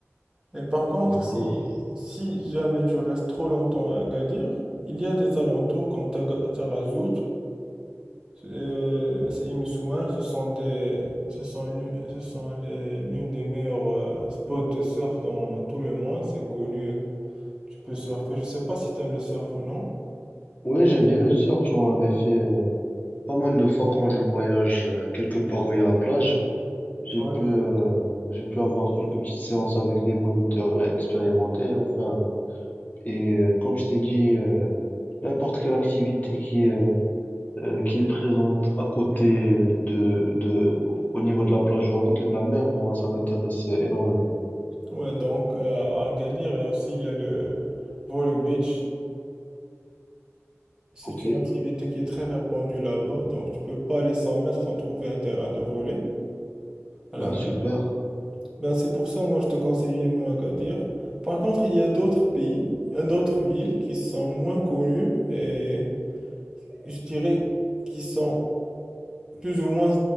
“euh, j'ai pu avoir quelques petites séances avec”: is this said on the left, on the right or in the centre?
Left